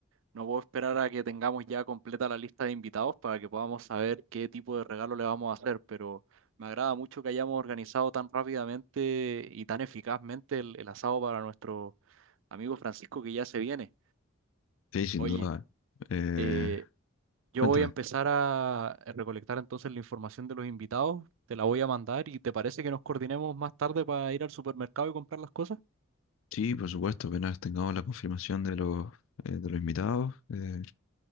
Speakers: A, on the right (about 75°); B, on the left (about 80°).
A: No puedo esperar a que tengamos ya completa la lista de invitados para que podamos saber qué tipo de regalo le vamos a hacer, pero me agrada mucho que hayamos organizado tan rápidamente y tan eficazmente el, el asado para nuestro amigo Francisco que ya se viene.
B: Sí, sin
A: Oye,
B: duda. Eh,
A: eh, yo
B: cuéntame.
A: voy a empezar a recolectar entonces la información de los invitados, te la voy a mandar y ¿te parece que nos coordinemos más tarde para ir al supermercado y comprar las cosas?
B: Sí, por supuesto, apenas tengamos la confirmación de los, eh, de los invitados, eh,